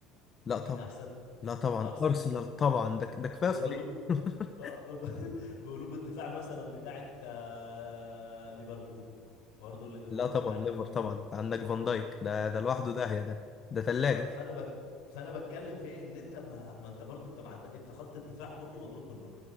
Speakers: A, on the left; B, on the left.
A: لا
B: مين
A: طبعا
B: احسن
A: لا طبعا
B: ارسنال
A: ارسنال طبعا ده ده كفايه
B: بقلوب
A: صليبه <laughs>
B: آه، <laughs> بقلوب الدفاع مثلا بتاعت آه، ليفربول برضو ل- قلوب
A: لا طبعا
B: دفاع
A: ليفر
B: ليفربول
A: طبعا عندك فان دايك ده ده لوحده داهيه ده ده ثلاجه
B: آه، فانا بك... فانا بتكلم في إيه؟ ان انت ما, ما انت برضو انت ما عندك انت خط الدفاع كله مضروب بالنار